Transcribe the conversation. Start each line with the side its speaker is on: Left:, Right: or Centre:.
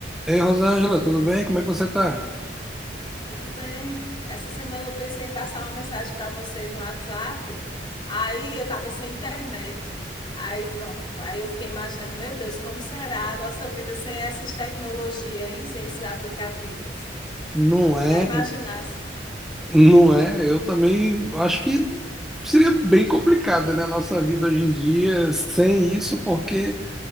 Centre: Ei, Rosângela, tudo bem? Como é que você tá?
Left: Tudo bem. Essa semana eu pensei em passar uma mensagem para você no WhatsApp. Aí eu estava sem internet. Aí pronto. Aí eu fiquei imaginando, meu Deus, como será a nossa vida sem essas tecnologias, hein? Sem esses aplicativos.
Centre: Não é,
Left: Já imaginasse?
Centre: não é. Eu também acho que seria bem complicada, né, a nossa vida hoje em dia sem isso, porque